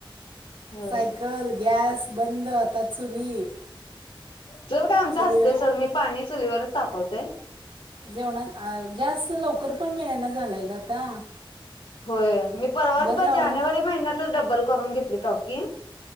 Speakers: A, on the left; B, on the right.
A: होय
B: सायकलं, गॅस बंद आंता चुली.
A: चुलं कायं आमची
B: चुलीवर
A: असते सोंड मी पाणी चूली वरचं तापवते.
B: जेवणां गॅस लवकरं पणं मिळेना झालायं कां आंता.
A: होयं मी परवांच बघं
B: लावला
A: जानेवारी महिन्यांतच डब्बंल करूंन घेतली टॉकी